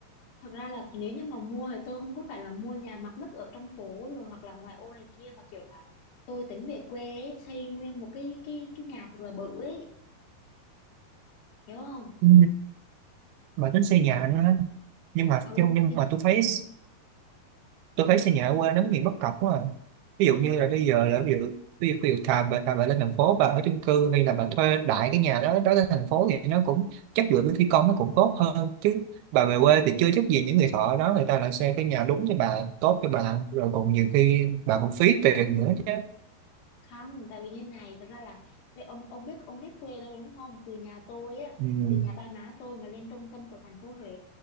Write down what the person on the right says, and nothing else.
Ừ. mà tính xây nhà nữa ấy. nhưng mà
nhưng, nhưng mà tôi thấy tôi thấy xây
nhà ở quê nó có nhiều bất cập quá à. ví dụ như là bây giờ là ví dụ ví dụ, ví dụ thà bà, thà bà lên thành phố bà ở chung cư hay là bà thuê đại cái nhà đó đó lên thành phố thì nó cũng chất lượng với thi công nó cũng tốt hơn chứ bà về quê thì chưa chắc gì những người thợ đó người ta lại xây cái nhà đúng cho bà tốt cho bà rồi còn nhiều khi bà còn phí tiền nữa chứ
ừ.